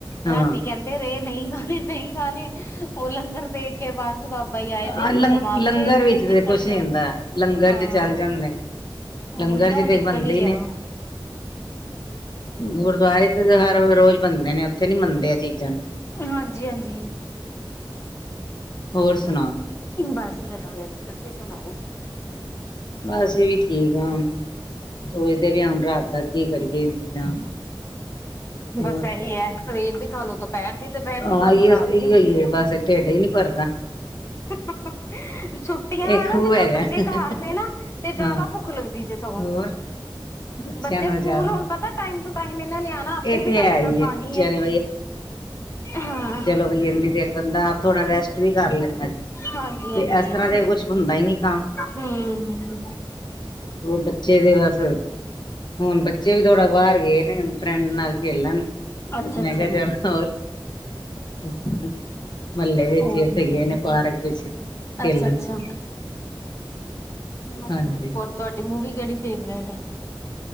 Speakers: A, on the left; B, on the left.
A: ਹਾਂ
B: ਰਾਤੀ ਕੈਂਦੇ ਰੇ ਨਈ ਖਾਣੇ-ਨਈ ਖਾਨੇ, ਓ ਲੰਗਰ ਦੇਖ ਕੇ ਬਸ ਬਾਬਾ ਹੀ ਆਏ
A: ਹਾਂ,
B: ਦੇ ਹੀ
A: ਲੰ-ਲੰਗਰ
B: ਉਹ ਦਿਮਾਗ ਚੋਂ ਇੱਕ
A: ਵਿੱਚ
B: ਮਿੰਟ ਨਿਕਲ
A: ਤੇ ਕੁਛ ਨੀ
B: ਗਿਆ
A: ਹੁੰਦਾ, ਲੰਗਰ
B: ਹਾਂ
A: ਦੇ ਚੱਲ ਜਾਂਦੇਨ। ਲੰਗਰ
B: ਉਹੀ ਨਾ ਉਹ
A: ਚ
B: ਨਿਕਲ
A: ਤੇ ਬੰਦੇ
B: ਹੀ ਗਿਆ
A: ਈ ਨੇ। ਗੁਰਦੁਆਰੇ ਤੇ ਹਰ ਰੋਜ਼ ਬੰਦੇ ਨੇ ਓਥੇ ਨੀ ਮੰਨਦੇ ਐ ਚੀਜ਼ਾਂ ਨੂੰ।
B: ਅ ਹਾਂਜੀ-ਹਾਂਜੀ।
A: ਹੋਰ ਸੁਣਾ?
B: ਬਸ ਵਧੀਆ ਜੀ, ਤੁਸੀਂ ਸੁਣਾਓ?
A: ਬ ਅਸੀਂ ਵੀ ਠੀਕ ਆ ਹੁਨ। ਸੋਚਦੇ ਬੇ ਆ ਹੁਨ ਰਾਤ ਦਾ ਕੀ ਕਰੀਏ ਇੰਤਜਾਮ। ਹੋਰ?
B: ਬਸ ਇਹੀ ਹੈ ਸਵੇਰ ਦੀ ਖਾ ਲੋ ਦੁਪੈਰ ਦੀ, ਦੁਪੈਰ
A: ਹਾਂ
B: ਦੀ ਖਾਾਲੋ,
A: ਇ
B: ਰਾਤ
A: ਇ
B: ਦੀ।
A: ਹੀ ਬਸ ਢਿੱਡ ਹੀ ਨੀ ਭਰਦਾ
B: <unintelligible> ਛੁੱਟੀਆਂ
A: ਇਹ
B: ਹੈ ਨਾ
A: ਖੂਹ
B: ਜਿੱਦਾਂ
A: ਹੈਗਾ
B: ਬੱਚੇ ਘਰ ਨੇ ਨਾ, ਤੇ
A: ਹਾਂ
B: ਜਾਦਾ ਭੁੱਖ ਲੱਗਦੀ ਜੇ। ਸਗੋਂ
A: ਹੋਰ। ਬੱਚਿਆਂ
B: ਬੱਚੇ
A: ਨਾਲ
B: ਸਕੂਲ
A: ਜ਼ਿਆਦਾ
B: ਹੋਨ ਪਤਾ ਟਾਈਮ ਟੂ ਟਾਈਮ ਏਨਾ ਨੇ ਆਣਾ, ਆਪੇ
A: ਇਹ ਤੇ
B: ਵੀ ਟਾਈਮ
A: ਹੈ ਹੀ
B: ਨਾਲ
A: ਹੈ
B: ਖਾਣੀ
A: ਬੱਚਿਆਂ
B: ਏ,
A: ਨੇ
B: ਹਾਂ।
A: ਓਈ ਏਨੀ ਦੇਰ ਬੰਦਾ ਥੋੜਾ ਰੈਸਟ ਵੀ ਕਰ ਲੈਂਦਾ ਜੇ
B: ਹਾਂਜੀ
A: ਤੇ
B: ਹਾਂਜੀ
A: ਐਸ ਤਰਾ ਤੇ ਕੁਛ ਹੁੰਦਾ ਈ ਨੀ ਕੰਮ।
B: ਹੂੰ
A: ਬੱਚੇ ਤੇ ਬਸ, ਹੁਣ ਬੱਚੇ ਵੀ ਥੋੜਾ ਬਾਰ ਗਏ ਨੇ ਫ੍ਰੇਂਡ ਨਾਲ ਖੇਲਨ,
B: ਅੱਛਾ
A: ਮੇ
B: ਅੱਛਾ
A: ਕਿਆ ਚਲ ਹੋਰ <inaudible> ਮਲੇ ਵਿੱਚ
B: ਹੋਰ
A: ਓਥੇ ਗਏ ਨੇ ਪਾਰਕ ਵਿੱਚ ਖੇਲਣ।
B: ਅੱਛਾ ਅੱਛਾ
A: ਹਾਂਜੀ।
B: ਤੁਐਡੀ ਮੂਵੀ ਕੇੜੀ ਫੇਵਰੇਟ ਏ?